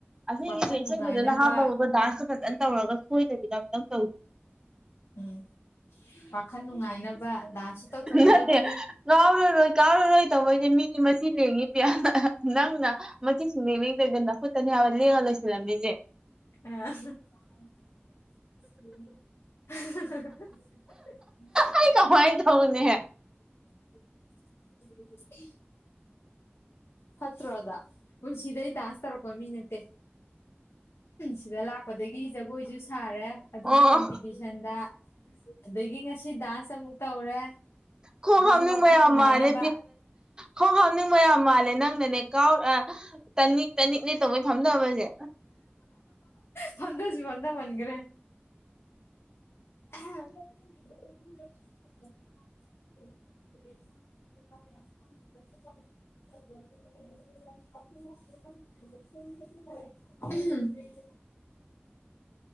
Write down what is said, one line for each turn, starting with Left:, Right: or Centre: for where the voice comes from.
Right: ꯑꯁꯤꯒꯤꯁꯦ
Left: ꯋꯥꯈꯜ
Right: ꯏꯁꯩ
Left: ꯅꯨꯡꯉꯥꯏꯅꯕ
Right: ꯐꯖꯅ ꯍꯥꯞꯄꯒꯥ ꯗꯥꯟꯁꯇꯣ ꯐꯖꯅ ꯇꯧꯔꯒ ꯁꯣꯏꯗꯕꯤꯗ ꯑꯃꯇꯪ ꯇꯧꯁꯦ
Left: ꯎꯝ ꯋꯥꯈꯜ ꯅꯨꯡꯉꯥꯏꯅꯕ ꯗꯥꯟꯁꯁꯨ ꯇꯧꯊꯣꯛꯀꯗꯕꯅꯤ
Right: ꯅꯠꯇꯦ ꯀꯥꯎꯔꯔꯣꯏ ꯀꯥꯎꯔꯔꯣꯏ ꯇꯧꯕꯩꯅꯦ ꯃꯤꯗꯤ ꯃꯁꯤꯡ ꯂꯦꯡꯉꯤ ꯅꯪꯅ ꯃꯆꯤ ꯁꯨꯡꯂꯦꯟ ꯂꯦꯟꯗꯅ ꯅꯈꯠꯇꯅꯤ ꯍꯥꯏꯕ ꯂꯦꯡꯉ ꯂꯣꯏꯁꯤꯜꯂꯝꯃꯤꯁꯤ
Left: ꯑ <unintelligible>
Right: ꯑꯩ ꯀꯃꯥꯏꯅꯥ ꯇꯧꯅꯤ
Left: ꯎ <inaudible> ꯐꯠꯇ꯭ꯔꯣ ꯑꯗꯣ ꯄꯨꯟꯁꯤꯗ ꯗꯥꯟꯁ ꯇꯧꯔꯛꯄ ꯃꯤ ꯅꯠꯇꯦ ꯁꯤꯗ ꯂꯥꯛꯄꯗꯒꯤ ꯖꯒꯣꯏꯁꯨ ꯁꯥꯔꯦ ꯑꯗꯨꯁꯨ
Right: ꯑꯣ
Left: ꯀꯝꯄꯤꯇꯤꯁꯟꯗ ꯑꯗꯒꯤ ꯉꯁꯤ ꯗꯥꯟꯁ ꯑꯃꯨꯛ ꯇꯧꯔꯦ
Right: ꯈꯣꯡ
Left: ꯑꯗꯨꯁꯨ
Right: ꯍꯥꯝꯅꯤꯡꯕꯥ
Left: ꯋꯥꯈꯜ
Right: ꯌꯥꯝ
Left: ꯅꯨꯡꯉꯥꯏꯅꯕ
Right: ꯃꯥꯂꯦ ꯈꯣꯡ ꯍꯥꯝꯅꯤꯡꯕ ꯌꯥꯝ ꯃꯥꯜꯂꯦ ꯅꯪꯅꯅꯦ ꯀꯥꯎ ꯇꯅꯤꯛ ꯇꯅꯤꯛꯅꯦ ꯇꯧꯉꯩ ꯐꯝꯗꯕꯁꯦ
Left: ꯐꯝꯗꯥꯁꯨ ꯐꯃꯗꯥꯃꯟꯈ꯭ꯔꯦ ꯑꯍꯝ <inaudible> <inaudible> <inaudible> ꯎꯝ <inaudible>